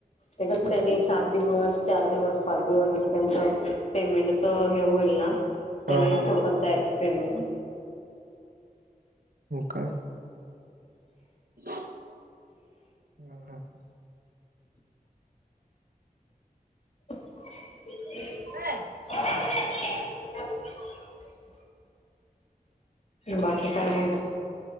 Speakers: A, on the left; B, on the right.
A: ते कस त्यांनी सात दिवस चार दिवस पाच दिवस जस त्यांच पेमेंटच हे होईल त्यानी
B: हा हा
A: सोडतात डायरेक्ट पेमेंट
B: काय हा हा हा
A: <inaudible>
B: हं.
A: बाकी काय मग